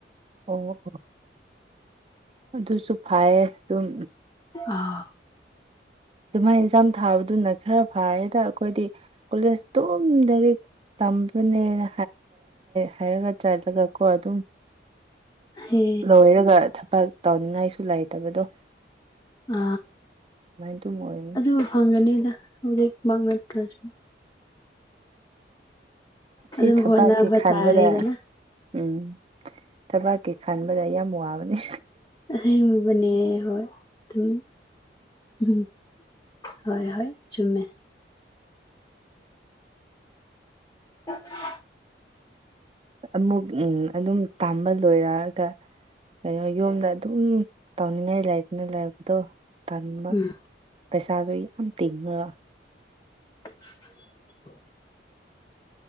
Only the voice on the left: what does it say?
ꯑ
ꯍꯦ
ꯑ
ꯑꯗꯨ ꯐꯪꯒꯅꯤꯗ ꯍꯧꯖꯤꯛ ꯃꯡꯅꯇ꯭ꯔꯁꯨ
ꯑꯗꯨꯝ
ꯍꯣꯠꯅꯕ
ꯇꯥꯔꯦꯗꯅ
ꯑꯁ ꯑꯃꯨꯕꯅꯦ ꯍꯣꯏ ꯑꯗꯨ ꯎꯝ ꯍꯣꯏ ꯍꯣꯏ ꯆꯨꯝꯃꯦ <inaudible>
ꯎꯝ
<unintelligible>